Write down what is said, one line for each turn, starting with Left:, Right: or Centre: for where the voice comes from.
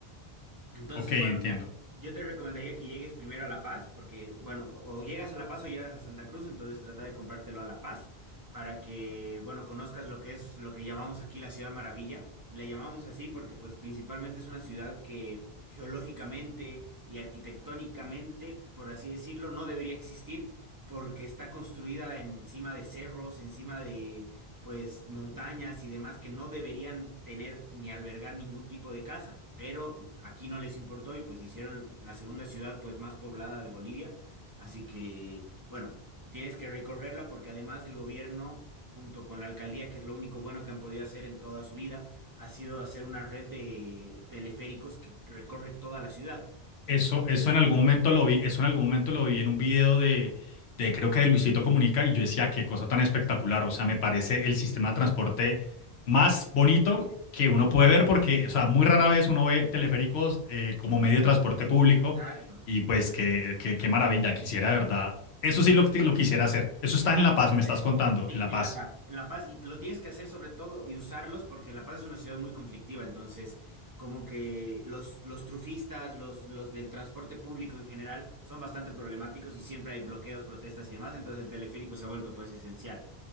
Right: Entonces,
Left: Ok, entiendo.
Right: bueno, mira, yo te recomendaría que llegues primero a La Paz, porque, bueno, o llegas a La Paz o llegas a Santa Cruz, entonces trata de comprártelo a La Paz para que, bueno, conozcas lo que es lo que llamamos aquí la Ciudad Maravilla, y la llamamos así porque, pues, principalmente es una ciudad que geológicamente y arquitectónicamente, por así decirlo, no debería existir porque está construida encima de cerros, encima de, pues montañas y demás que no deberían tener ni albergar ningún tipo de casa, pero aquí no les importó y pues hicieron la segunda ciudad pues más poblada de Bolivia, así que bueno, tienes que recorrerla porque además el gobierno junto con la alcaldía, que es lo único bueno que han podido hacer en toda su vida, ha sido hacer una red de teleféricos que recorre toda la ciudad.
Left: Eso,
Right: Entonces,
Left: eso en algún momento lo vi, eso en algún momento lo vi en un video de, de creo que de Luisito Comunica y yo decía, qué cosa tan espectacular, o sea, me parece el sistema de transporte más bonito que uno puede ver porque, o sea, muy rara vez uno ve teleféricos eh, como medio de transporte público
Right: exacto.
Left: y pues qué, qué, qué maravilla, quisiera de verdad, eso sí lo, lo quisiera hacer, eso
Right: Lo
Left: está
Right: tienes
Left: en La Paz,
Right: que hacer.
Left: me estás contando,
Right: Sí,
Left: en La
Right: en
Left: Paz,
Right: La Paz. En La Paz, y lo tienes que hacer sobre todo y usarlos porque La Paz es una ciudad muy conflictiva, entonces como que los, los trufistas, los, los del transporte público en general son bastante problemáticos y siempre hay bloqueos, protestas y demás, entonces el teleférico se ha vuelto pues esencial.